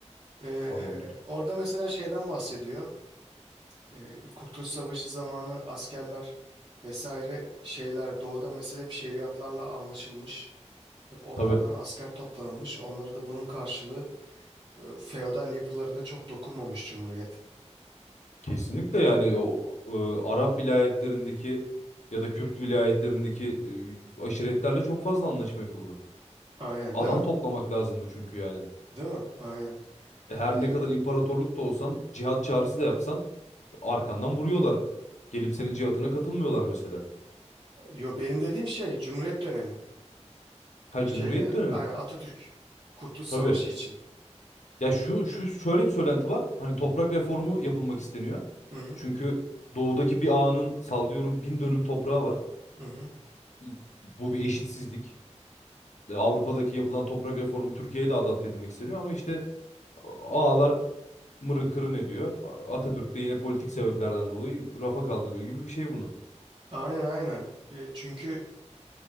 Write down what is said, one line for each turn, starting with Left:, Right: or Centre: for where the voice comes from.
Right: Eee,
Left: Tamamdır.
Right: orada mesela şeyden bahsediyor. e, Kurtuluş Savaşı zamanı askerler vesaire şeyler doğuda mesela hep şeriatlarla anlaşılmış. Hep onlardan
Left: Tabii.
Right: asker toplanılmış. Onlara da bunun karşılığı e, feodal yapılarına çok dokunmamış Cumhuriyet.
Left: Kesinlikle yani o e, Arap vilayetlerindeki ya da Kürt vilayetlerindeki e, aşiretlerle çok fazla anlaşma yapıldı.
Right: Aynen
Left: Adam
Right: değil mi?
Left: toplamak lazımdı çünkü yani.
Right: Değil mi? Aynen.
Left: E, her
Right: E,
Left: ne kadar imparatorluk da olsan, cihat çağrısı da yapsan arkandan vuruyorlar. Gelip senin cihatına katılmıyorlar mesela.
Right: yo benim dediğim şey Cumhuriyet dönemi.
Left: Ha
Right: Şey
Left: Cumhuriyet
Right: yani
Left: dönemi.
Right: aynen Atatürk Kurtuluş
Left: Tabii.
Right: Savaşı için.
Left: Ya şu şu şöyle bir söylenti var. Hani toprak reformu yapılmak isteniyor.
Right: Hı hı.
Left: Çünkü doğudaki bir ağanın sallıyorum bin dönüm toprağı var.
Right: Hı hı.
Left: İ- Bu bir eşitsizlik. E, Avrupa'daki yapılan toprak reformu Türkiye'ye de adapte edilmek isteniyor ama işte ağalar mırın kırın ediyor. A- Atatürk de yine politik sebeplerden dolayı rafa kaldırıyor gibi bir şey bunu.
Right: Aynen aynen. E, çünkü